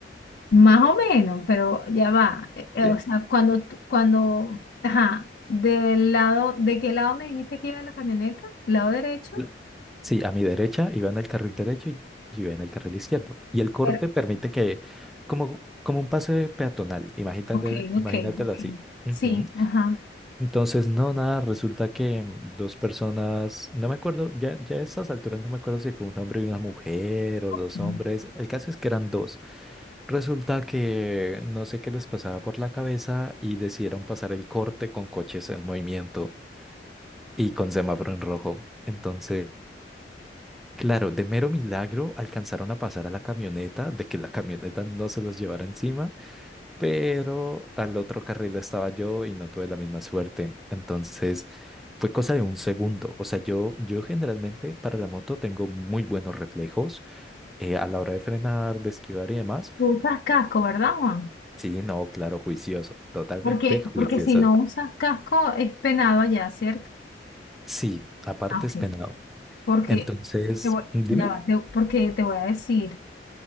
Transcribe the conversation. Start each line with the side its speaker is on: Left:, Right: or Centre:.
Left: Más o menos, pero ya va. Eh, eh,
Centre: Sí.
Left: o sea, cuando, tú- cuando, ajá, del lado, ¿de qué lado me dijiste que iba la camioneta? ¿Lado derecho?
Centre: L- Sí, a mi derecha iba en el carril derecho y yo iba en el carril izquierdo. Y el corte
Left: Pero,
Centre: permite que, como, como un pase peatonal, imagínate,
Left: Ok,
Centre: imagínatelo
Left: ok, ok.
Centre: así. Ujú.
Left: Sí, ajá.
Centre: Entonces, no, nada, resulta que dos personas, no me acuerdo, ya, ya a estas alturas no me acuerdo si fue un hombre y una mujer o
Left: Okay.
Centre: dos hombres, el caso es que eran dos. Resulta que no sé qué les pasaba por la cabeza y decidieron pasar el corte con coches en movimiento y con semáforo en rojo. Entonces... Claro, de mero milagro alcanzaron a pasar a la camioneta, de que la camioneta no se los llevara encima, pero al otro carril estaba yo y no tuve la misma suerte. Entonces fue cosa de un segundo. O sea, yo, yo generalmente para la moto tengo muy buenos reflejos eh, a la hora de frenar, de esquivar y demás.
Left: Tú usas casco, ¿verdad, Juan?
Centre: Sí, no, claro, juicioso, totalmente
Left: Porque,
Centre: juicioso.
Left: porque si no usas casco es penado allá, ¿cierto?
Centre: Sí, aparte
Left: Ah,
Centre: es
Left: Ok.
Centre: penado.
Left: Porque
Centre: Entonces,
Left: te voy,
Centre: dime,
Left: ya va, te- porque te voy a decir,